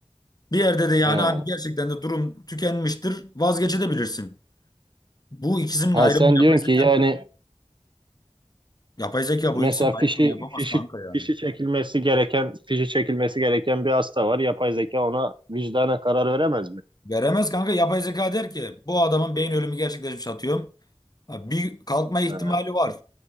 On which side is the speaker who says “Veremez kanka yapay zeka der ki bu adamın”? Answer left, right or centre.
Left